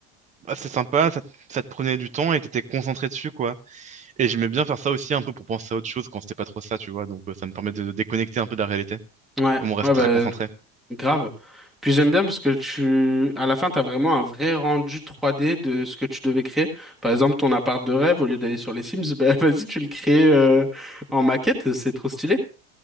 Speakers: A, on the right; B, in the centre.
A: Bah, c'est sympa, ça, te ça te prenait du temps et t'étais concentré dessus, quoi. Et j'aimais bien faire ça aussi un peu pour penser à autre chose quand c'était pas trop ça, tu vois. Donc, euh, ça me permettait de déconnecter un peu de la réalité,
B: Ouais,
A: comme on reste
B: ouais, bah,
A: très concentré.
B: grave. Puis j'aime bien parce que tu, à la fin, t'as vraiment un vrai rendu 3D de ce que tu devais créer. Par exemple, ton appart de rêve, au lieu d'aller sur les Sims, bah, <laughs> vas-y, tu le crées euh, en maquette, c'est trop stylé.